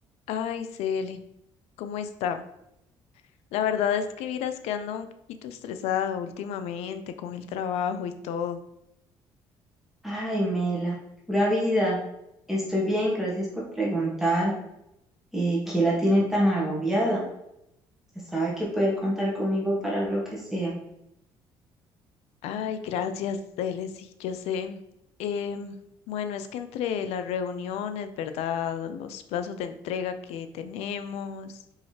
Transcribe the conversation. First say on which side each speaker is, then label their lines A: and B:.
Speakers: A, on the left; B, in the centre.
A: Ay, Cele, ¿cómo está? La verdad es que vieras que ando un poquito estresada últimamente con el trabajo y todo.
B: Ay, Mela, pura vida. Estoy bien, gracias por preguntar. Eh, ¿qué la tiene tan agobiada? Ya sabe que puede contar conmigo para lo que sea.
A: Ay, gracias, Cele, sí, yo sé. Em, bueno, es que entre las reuniones, ¿verdad? Los plazos de entrega que tenemos,